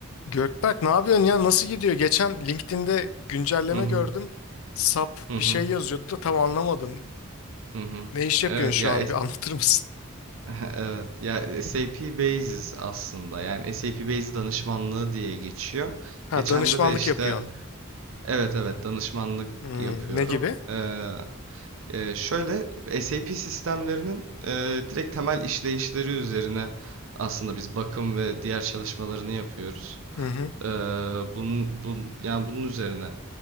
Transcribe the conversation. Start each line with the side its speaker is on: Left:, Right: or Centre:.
Left: Gökberk ne yapıyorsun ya nasıl gidiyor? Geçen LinkedIn'de güncelleme
Right: Hı hı.
Left: gördüm. SAP
Right: Hı
Left: bir
Right: hı.
Left: şey yazıyordu da tam anlamadım.
Right: Hı hı.
Left: Ne iş yapıyorsun
Right: Evet
Left: şu
Right: ya
Left: an?
Right: es-
Left: Bir <laughs> anlatır mısın?
Right: <laughs> evet ya SAP Basis aslında yani SAP Basis danışmanlığı diye geçiyor.
Left: Ha
Right: Geçende
Left: danışmanlık
Right: de işte
Left: yapıyorsun.
Right: evet evet danışmanlık
Left: Hmm,
Right: yapıyorum.
Left: ne gibi?
Right: Ee, e, şöyle SAP sistemlerinin e, direkt temel işleyişleri üzerine aslında biz bakım ve diğer çalışmalarını yapıyoruz.
Left: Hı hı.
Right: Ee, bunun, bun- yani bunun üzerine